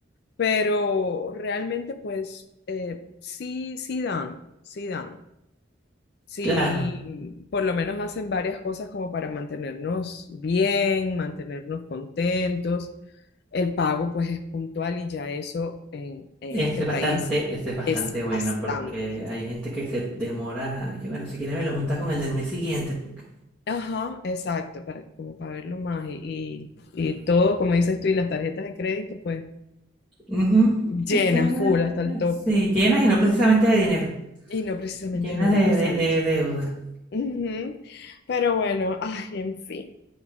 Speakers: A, on the left (about 55°); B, in the centre.
A: pero realmente pues eh, sí, sí dan, sí dan. Sí,
B: claro.
A: por lo menos hacen varias cosas como para mantenernos bien, mantenernos contentos. El pago pues es puntual y ya eso en, en
B: Ese
A: este
B: es
A: país
B: bastante, ese es bastante
A: es
B: bueno
A: bastante.
B: porque hay gente que se demora, que bueno, si quieres me lo juntas con el del mes siguiente. Porque...
A: Ajá, exacto, para, como para verlo más y, y, y todo, como dices tú, y las tarjetas de crédito pues
B: Ujú,
A: llenas,
B: ese
A: full hasta el tope.
B: sí, llenas y no precisamente de dinero,
A: Y no precisamente
B: llenas
A: dinero,
B: de,
A: exacto.
B: de- de deuda.
A: Ujú, Pero bueno, ay, en fin.